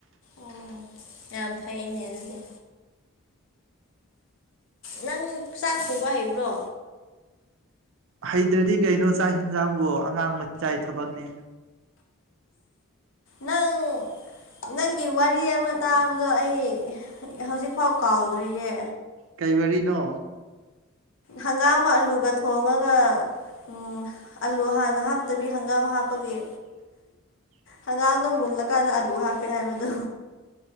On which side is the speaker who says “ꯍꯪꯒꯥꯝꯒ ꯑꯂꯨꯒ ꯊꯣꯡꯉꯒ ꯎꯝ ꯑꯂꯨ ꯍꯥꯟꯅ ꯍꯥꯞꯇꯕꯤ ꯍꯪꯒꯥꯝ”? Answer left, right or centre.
Left